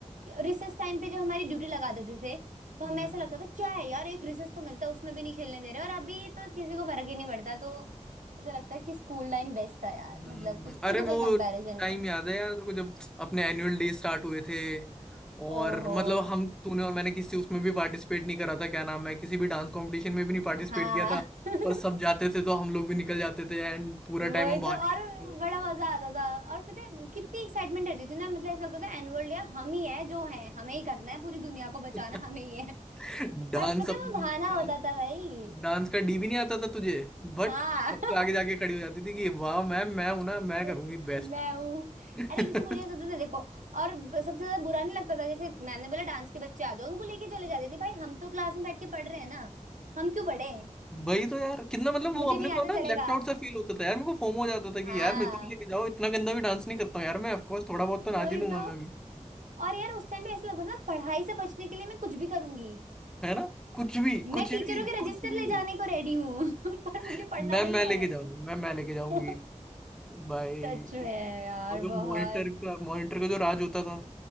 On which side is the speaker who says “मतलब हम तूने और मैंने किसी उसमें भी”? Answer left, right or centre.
Centre